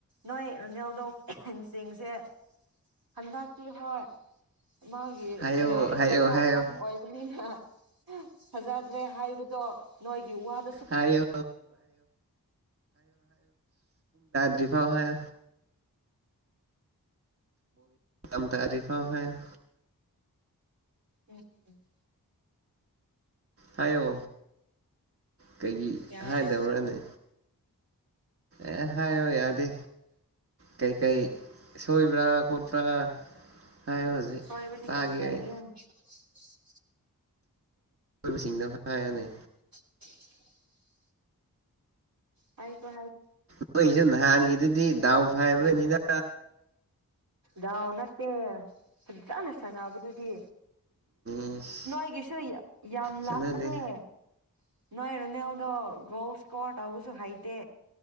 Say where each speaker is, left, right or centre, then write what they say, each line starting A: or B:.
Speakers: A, on the right; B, on the right.
A: ꯅꯣꯏ ꯔꯣꯅꯦꯜꯗꯣꯁꯤꯡꯁꯦ ꯍꯟꯗꯇꯤ ꯍꯣꯏ ꯃꯥꯒꯤ
B: ꯍꯥꯏꯌꯣ
A: ꯁꯅꯕꯁꯦ
B: ꯍꯥꯏꯌꯣ
A: ꯈꯔ
B: ꯍꯥꯏꯌꯣ
A: ꯑꯍꯥꯟꯕ ꯑꯣꯏꯕꯅꯤꯅ ꯐꯖꯗ꯭ꯔꯦ ꯍꯥꯏꯕꯗꯣ ꯅꯣꯏꯒꯤ ꯋꯥꯗꯁꯨ
B: ꯍꯥꯏꯌꯣ ꯕꯤꯐꯥꯎ ꯍꯥꯏ ꯒꯤꯝ ꯇꯔꯤꯐ ꯍꯥꯏꯌꯣ
A: ꯎꯝ ꯎꯝ <unintelligible>
B: ꯍꯥꯏꯌꯣ ꯀꯩꯒꯤ
A: ꯌꯥꯔꯦ
B: ꯍꯥꯏꯗꯕ꯭ꯔꯅꯦ ꯑꯦ ꯍꯥꯏꯌꯣ ꯌꯥꯗꯦ ꯀꯩꯀꯩ ꯁꯣꯏꯕ꯭ꯔꯥ ꯈꯣꯠꯄ꯭ꯔꯥ ꯍꯥꯏꯌꯣ ꯍꯧꯖꯤꯛ
A: ꯍꯏꯕꯗꯤ
B: ꯇꯥꯒꯦ
A: ꯂꯏꯌꯦꯅ
B: ꯑꯩ
A: <unintelligible>
B: ꯕꯨꯁꯤꯡꯗ ꯍꯥꯏꯅꯦ
A: <unintelligible> ꯑꯩ ꯄ
B: ꯅꯣꯏꯁꯨ ꯅꯍꯥꯟꯒꯤꯗꯨꯗꯤ ꯗꯎꯐꯥꯏꯕ ꯏꯅꯤꯗ
A: ꯗꯥꯎ ꯅꯠꯇꯦ ꯁ ꯆꯥꯅ ꯁꯥꯟꯅꯕꯗꯨꯗꯤ
B: ꯏꯁ
A: ꯅꯣꯏꯒꯤꯁꯨ ꯌꯥꯝ
B: ꯆꯠꯅꯗꯦ
A: ꯂꯥꯛꯄꯅꯦ ꯅꯣꯏ ꯔꯅꯦꯜꯗꫭ ꯒꫭꯜ ꯏꯁꯀꯣꫪ ꯇꯥꯎꯕꯁꯨ ꯍꯩꯇꯦ